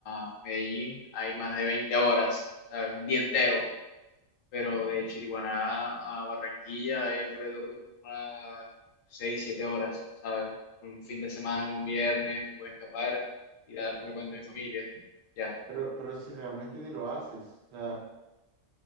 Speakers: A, on the left; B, on the right.
A: a Medellín hay más de 20 horas, ¿sabes? Un día entero. Pero de Chiriguaná a Barranquilla hay alrededor de como unas 6 7 horas, ¿sabes? Un fin de semana, un viernes, me puedo escapar y darme cuenta de mi familia. Ya.
B: Pero, pero si realmente ni lo haces, o sea,